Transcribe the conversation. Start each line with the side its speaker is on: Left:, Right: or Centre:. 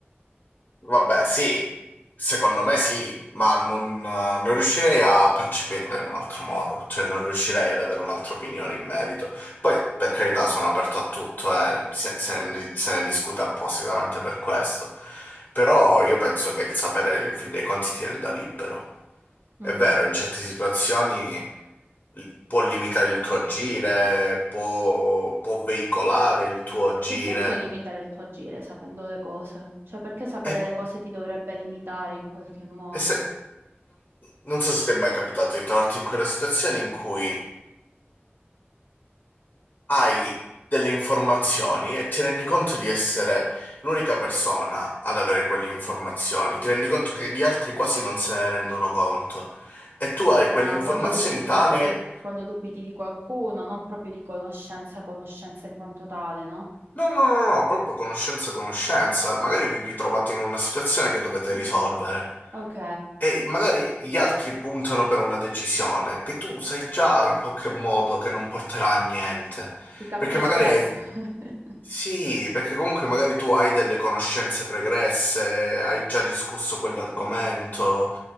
Left: Vabbè, sì, secondo me sì, ma non, eh, non riuscirei a percepirla in un altro modo, cioè non riuscirei ad avere un'altra opinione in merito. Poi, per carità, sono aperto a tutto, eh, se, se ne, se ne discute appositamente per questo, però io penso che il sapere, in fin dei conti, ti renda libero. È
Right: Mm.
Left: vero, in certe situazioni li- può limitare il tuo agire, può, può veicolare il tuo agire.
Right: Che senso limitare il tuo agire sapendo le cose? Cioè, perché sapere
Left: E,
Right: le cose ti dovrebbe limitare in qualche modo?
Left: e se, Non so se ti è mai capitato di trovarti in quella situazione in cui hai delle informazioni e ti rendi conto di essere l'unica persona ad avere quelle informazioni, ti rendi conto che gli altri quasi non se ne rendono conto e tu hai
Right: Ma
Left: quelle informazioni
Right: quando dubiti
Left: tali,
Right: di, qual- quando dubiti di qualcuno, non proprio di conoscenza, conoscenza in quanto tale, no?
Left: no, no, no, no, proprio conoscenza, conoscenza, magari vi ritrovate in una situazione che dovete
Right: Mm.
Left: risolvere.
Right: Ok.
Left: E magari gli altri puntano per una decisione che tu sai già in qualche modo che non porterà a niente,
Right: Ti capita
Left: perché magari
Right: spesso?
Left: hai
Right: <laughs>
Left: Sì, perché comunque magari tu hai delle conoscenze pregresse, hai già discusso quell'argomento,